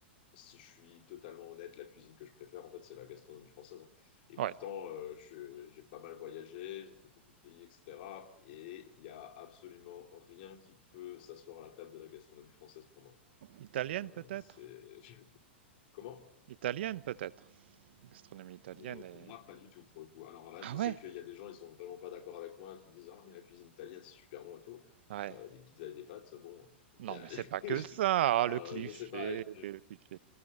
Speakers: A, on the left (about 55°); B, on the right (about 65°).
A: si je suis totalement honnête, la cuisine que je préfère, en fait, c'est la gastronomie française. hein. Et
B: Ouais.
A: pourtant, euh, je- j'ai pas mal voyagé, j'ai fait beaucoup de pays, etc. Et il y a absolument rien qui peut s'asseoir à la table de la gastronomie française pour moi.
B: Italienne
A: Euh,
B: peut-être?
A: c'est... <laughs> Comment?
B: Italienne peut-être. Gastronomie italienne
A: Mais
B: et.
A: pour moi, pas du tout, pour le coup. Alors là,
B: Ah
A: je sais
B: ouais?
A: qu'il y a des gens, ils sont vraiment pas d'accord avec moi, qui me disent, Ah, mais la cuisine italienne, c'est super bon et tout.
B: Ouais.
A: Euh, des pizzas et des pâtes, bon,
B: Non,
A: il y a...
B: mais c'est
A: <laughs>
B: pas que ça, ah, le
A: Euh,
B: cliché,
A: je sais pas. je-
B: le cliché.